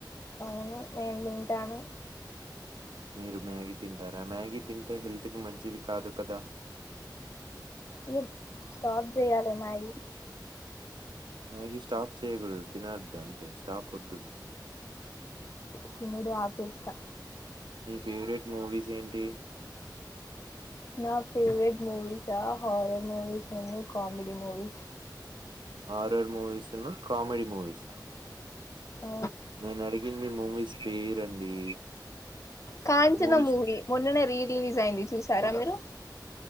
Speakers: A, on the left; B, on the right.
A: అవును నేను తింటాను
B: మీరు మ్యాగీ తింటారా మ్యాగీ తింటే హెల్త్ కి మంచిది కాదు కదా
A: ఈ స్టాప్ చేయ్యాలి మ్యాగీ
B: మ్యాగీ స్టాప్ చేయకూడదు తినద్దు అంతే స్టాప్ వద్దు
A: తిన్నది ఆపేస్తా
B: మీ ఫేవరెట్ మూవీస్ ఏంటి
A: నా ఫేవరెట్ మూ వీస్ ఆ హారర్ ముూవీస్ అండీ కామెడీ మూవీస్
B: ఆరు ఆర్ మూవీసును కామెడి మూవీస్
A: ఆ
B: నేను అడిగింది మూవీస్ పేరండి
A: కాంచన
B: మూవీస్
A: మూవి మొన్ననే రీ రిలీజ్ అయింది చూసారా మీరు